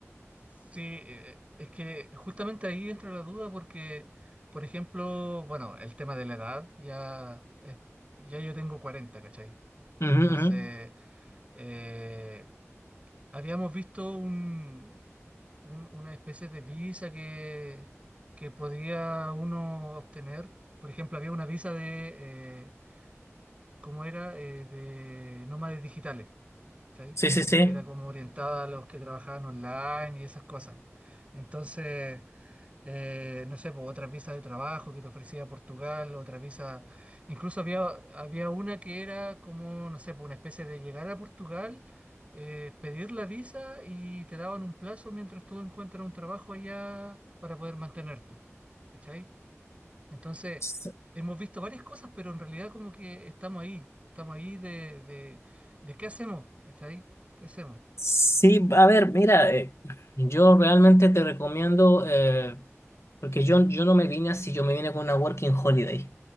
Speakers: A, on the right (about 25°); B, on the left (about 65°).
A: Sí, eh, es que justamente ahí entra la duda porque, por ejemplo, bueno, el tema de la edad, ya, es- ya yo tengo cuarenta ¿cachai?
B: Ujú,
A: Entonces,
B: ujú.
A: eh, habíamos visto un, un- una especie de visa que, que podía uno obtener. Por ejemplo, había una visa de eh, como era eh, de nómades digitales, ¿sí?
B: Sí, sí,
A: Que era como orientada a los que trabajaban online y esas cosas. Entonces, eh, no sé, pues, otras visas de trabajo que te ofrecía Portugal, otras visas, incluso había, había una que era como, no sé, pues, una especie de llegar a Portugal, eh, pedir la visa y te daban un plazo mientras tú encuentras un trabajo allá para poder mantenerte, ¿cachai? Entonces,
B: sí.
A: hemos visto varias cosas, pero en realidad como que estamos ahí, estamos ahí de, de, de qué hacemos, ¿cachai? ¿Qué hacemos?
B: Sí, a ver, mira, eh, yo realmente te recomiendo, eh, porque yo, yo no me vine así, yo me vine con una working holiday.